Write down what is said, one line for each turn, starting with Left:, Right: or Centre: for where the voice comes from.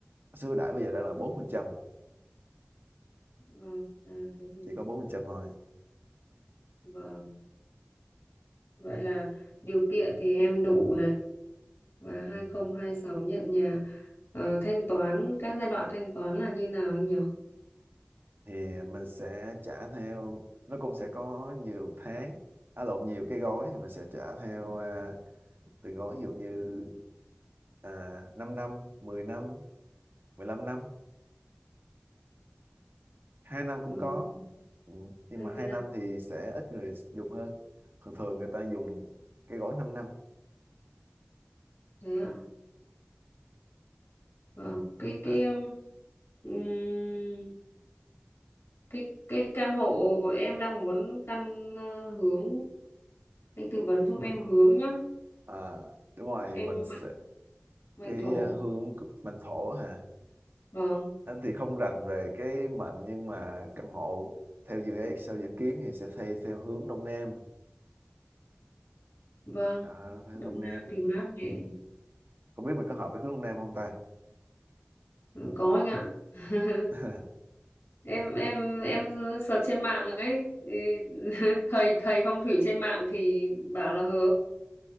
Right: Số ưu đãi bây giờ đang là 4%,
Left: ừ, à, thế thì
Right: chỉ có 4% thôi
Left: Vâng, vậy là điều kiện thì em đủ này và
Right: ừ.
Left: hai không hai sáu nhận nhà. Ờ, thanh toán các giai đoạn thanh toán là như nào anh nhỉ?
Right: thì mình sẽ trả theo nó cũng sẽ có nhiều tháng à lộn nhiều cái gói thì mình sẽ trả theo à, từng gói ví dụ như à, 5 năm mười năm mười lăm năm hai năm cũng
Left: Ừ,
Right: có ừ. nhưng
Left: hai
Right: mà
Left: mươi
Right: hai
Left: năm
Right: năm thì sẽ ít người dùng hơn thường thường người ta dùng cái gói 5 năm
Left: thế ạ. Vâng, cái
Right: Vâng.
Left: cái um, ừm, cái cái căn hộ em đang muốn căn ờ, hướng anh tư vấn giúp em hướng nhá.
Right: à, đúng rồi thì
Left: Em
Right: mình sẽ
Left: mệnh mệnh
Right: cái
Left: thổ.
Right: à, hương của- mệnh thổ hả
Left: Vâng,
Right: anh thì không rành về cái mệnh nhưng mà căn hộ theo dự án sau dự kiến thì sẽ xây theo hướng đông nam
Left: vâng,
Right: Đó, hướng
Left: Đông
Right: đông nam
Left: Nam thì mát mẻ.
Right: không biết mình có hợp với hướng đông nam không ta
Left: Ừ, có anh ạ. <laughs>
Right: <laughs>
Left: em em em search trên mạng ấy ý, <laughs> thầy thầy phong thủy trên mạng thì bảo là hợp